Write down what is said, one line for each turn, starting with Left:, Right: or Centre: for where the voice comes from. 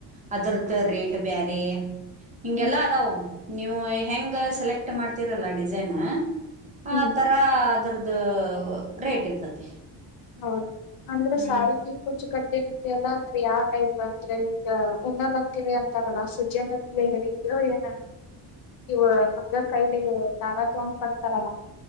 Right: ಅದ್ರದ್ದ ರೇಟ್ ಬೇರೆ ಇಂಗ
Left: ಹ್ಮ್
Right: ಎಲ್ಲಾ ಅಾವ ನೀವು ಹೆಂಗ ಸೆಲೆಕ್ಟ್ ಮಾಡ್ತೀರಲ್ಲ ಡಿಸೈನ್ ಆ
Left: ಹ್ಮ್
Right: ತರ ಅದ್ರದ್ದ ರೇಟ್ ಇರ್ತತಿ
Left: ಹೌದು ಅಂದ್ರೆ
Right: ಹ್ಮ್
Left: ಸಾರಿ ಕುಚ್ಚು ಕಟ್ಟ ಸನಂತ ಅಲ್ಲ ಅಂದ್ರೆ ಯಾವ ಟೈಪ್ ಅಂದ್ರೆ ಹಗ ಉ್ಣನಂತ ಅಂತಾರಲ್ಲ ಸುಜ್ಯನ ಹೇಳಿದರು ಏನ ಇವ ಹಂಗ ಕೈಲಿ ದಾರ ತಗೊಂಡ್ ಕಟ್ತಾರಲ್ಲ